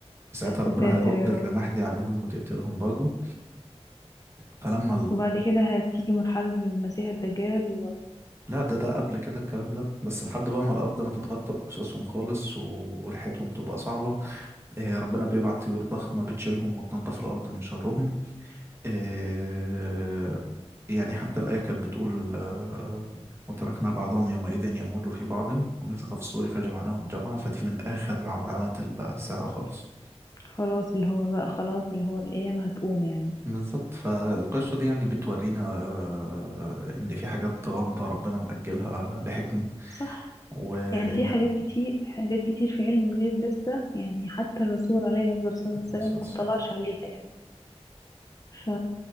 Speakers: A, on the right; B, on the left.
A: فساعتها ربنا
B: يا ساتر
A: هيرد
B: يا رب
A: الرماح دي عليهم وتقتلهم برضو فلما
B: وبعد كده هتيجي مرحلة المسيح الدجال
A: لا ده ده قبل كده الكلام ده بس لحد بقى ما الأرض ما تتغطى بقصصهم خالص و- وريحتهم تبقى صعبة آه ربنا بيبعت طيور ضخمة بتشيلهم وتنظف الأرض من شرهم آه يعني حتى الآية كانت بتقول آه وتركنا بعضهم يومئذ يموج في بعض ونفخ في الصور فجمعناهم جمعا فدي من آخر علامات الساعة خالص
B: وخلاص اللي هو بقى خلاص اللي هو القيامة هتقوم يعني
A: بالظبط فالقصة دي يعني بتورينا آه، إن في حاجات غامضة ربنا مأجلها لحكمة
B: صح
A: وإن
B: يعني في حاجات كتير حاجات كتير في علم الغيب لسه يعني حتى الرسول عليه أفضل الصلاة والسلام
A: مع السلامة.
B: ما اطلعش عليها يعني ف...